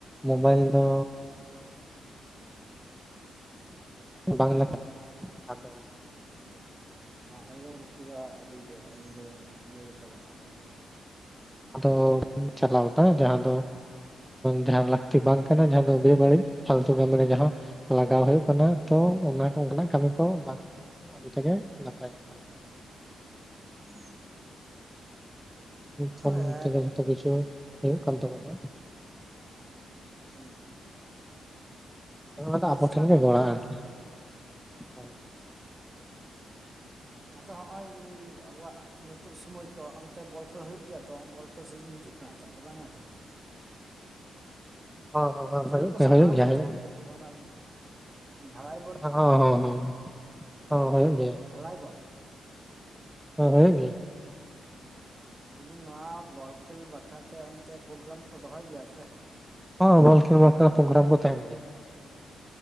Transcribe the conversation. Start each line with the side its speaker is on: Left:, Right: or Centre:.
Centre: ᱢᱳᱵᱟᱭᱤᱞ ᱫᱚ ᱵᱟᱝᱞᱟ ᱠᱟᱱᱟ ᱟᱫᱚ
Right: ᱦᱮᱸ ᱮᱠᱫᱚᱢ ᱞᱟᱹᱠᱛᱤ ᱫᱚ ᱟᱹᱰᱤ ᱤᱭᱟᱹ ᱤᱭᱟᱹ ᱤᱭᱟᱹ ᱜᱮᱛᱟᱵᱚᱱᱟ ᱟᱵᱚᱣᱟᱜ ᱫᱚ
Centre: ᱟᱫᱚ ᱪᱟᱞᱟᱣ ᱮᱫᱟ ᱡᱟᱦᱟᱸ ᱫᱚ ᱡᱟᱦᱟᱸ ᱞᱟᱹᱠᱛᱤ ᱵᱟᱝ ᱠᱟᱱᱟ, ᱡᱟᱦᱟᱸ ᱫᱚ ᱵᱮ ᱵᱟᱹᱲᱤᱡ ᱯᱷᱟᱞᱛᱩ ᱠᱟᱹᱢᱤ ᱨᱮ ᱡᱟᱦᱟᱸ ᱾ ᱞᱟᱜᱟᱣ ᱦᱩᱭᱩᱜ ᱠᱟᱱᱟ ᱛᱚ ᱚᱱᱟ ᱠᱚ ᱵᱚᱞᱮ ᱠᱟᱹᱢᱤ ᱠᱚ ᱵᱟᱝ ᱞᱮᱠᱷᱟᱱ ᱟᱹᱰᱤ ᱛᱮᱜᱮ ᱱᱟᱯᱟᱭᱚᱜ ᱛᱟᱵᱚᱱᱟ
Right: ᱦᱚᱸ ᱛᱟᱦᱚᱞᱮ
Centre: ᱯᱷᱳᱱ ᱛᱮᱜᱮ ᱡᱚᱛᱚ ᱠᱤᱪᱷᱩ ᱦᱩᱭᱩᱜ ᱠᱟᱱ ᱛᱟᱵᱚᱱᱟ
Right: ᱦᱩᱸ
Centre: ᱚᱱᱟ ᱫᱚ
Right: ᱰᱤᱡᱤᱴᱟᱞ
Centre: ᱟᱵᱚ ᱴᱷᱮᱱ ᱜᱮ
Right: ᱩᱰᱩᱠ
Centre: ᱜᱚᱲᱟ
Right: ᱟᱠᱟᱫᱟᱭ
Centre: ᱟᱨᱠᱤ ᱢᱟᱱᱮ
Right: ᱟᱪᱪᱷᱟ ᱟᱫᱚ ᱱᱚᱜ-ᱚᱭ ᱟᱵᱚᱣᱟᱜ ᱱᱤᱛᱳᱜ ᱥᱚᱢᱚᱭ ᱠᱚ ᱚᱱᱛᱮ ᱵᱚᱞ ᱠᱷᱮᱞ ᱦᱩᱭᱩᱜ ᱜᱮᱭᱟ ᱛᱚ, ᱵᱚᱞ ᱠᱷᱮᱞ ᱥᱤᱡᱮᱱ ᱦᱤᱡᱩᱜ ᱠᱟᱱᱟ ᱛᱚ, ᱟᱫᱚ ᱵᱟᱝ ᱦᱟᱸ ᱥᱮ ᱾
Centre: ᱦᱚᱸ ᱦᱚᱸ
Right: ᱠᱷᱮᱞᱳᱰ
Centre: ᱦᱚᱸ ᱦᱩᱭᱩᱜ
Right: ᱠᱚ ᱥᱟᱯᱲᱟᱣ
Centre: ᱦᱩᱭᱩᱜ
Right: ᱜᱮᱭᱟ
Centre: ᱦᱩᱭᱩᱜ
Right: ᱛᱚ ᱚᱱᱛᱮ ᱚᱱᱟ ᱫᱷᱟᱨᱟᱭ
Centre: ᱦᱚᱸ ᱦᱚᱸ ᱦᱚ ᱦᱩᱭᱩᱜ ᱜᱮᱭᱟᱹᱭ
Right: ᱰᱷᱟᱞᱟᱭ ᱵᱚᱞ
Centre: ᱦᱚᱸ ᱦᱚᱸᱭᱱᱤᱜ
Right: ᱫᱤᱫᱤᱱ ᱱᱚᱣᱟ ᱵᱚᱞ ᱠᱷᱮᱞ ᱵᱟᱠᱷᱨᱟ ᱛᱮ ᱚᱱᱛᱮ ᱯᱨᱳᱜᱨᱟᱢ ᱠᱚ ᱫᱚᱦᱚᱭ ᱜᱮᱭᱟ ᱥᱮ
Centre: ᱦᱚᱸ ᱵᱚᱞ ᱠᱷᱮᱞ ᱵᱟᱠᱠᱷᱨᱟ ᱛᱮ ᱯᱨᱳᱜᱨᱟᱢ ᱠᱚ ᱛᱟᱦᱮᱱ ᱜᱮᱭᱟ